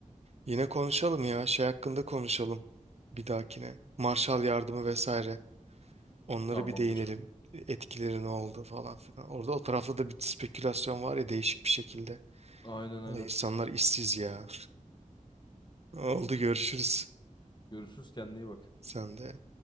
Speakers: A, on the right; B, on the left.
A: Yine konuşalım ya şey hakkında konuşalım bir dahakine. Marshall yardımı vesaire. Onlara
B: Tamamdır.
A: bir değinelim. Etkileri ne oldu falan filan. Orada o tarafta da bir spekülasyon var ya değişik bir şekilde.
B: Aynen aynen.
A: Valla insanlar işsiz ya. <laughs> Oldu görüşürüz.
B: Görüşürüz kendine iyi bak.
A: Sen de